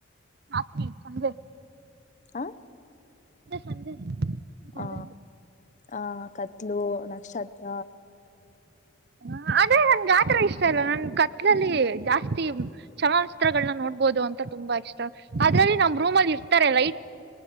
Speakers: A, on the right (about 50°); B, on the left (about 35°).
A: <unintelligible> ಸಂಜೆ
B: ಹ
A: ಸಂಜೆ ಸಂಜೆ
B: ಹಾ ಆ ಕತ್ಲು ನಕ್ಷತ್ರ
A: ಹ ಆದ್ರೆ ನನ್ಗೆ ಆತರ ಇಷ್ಟ ಇಲ್ಲ ನನ್ ಕತ್ಲಲ್ಲಿ ಜಾಸ್ತಿ ಚಲನಚಿತ್ರಗಳನ್ನ ನೋಡ್ಬೋದು ಅಂತ ತುಂಬಾ ಇಷ್ಟ ಅದ್ರಲ್ಲಿ ನಮ್ ರೂಮ್ ಅಲ್ಲಿ ಇರ್ತಾರೆ ಲೈಟ್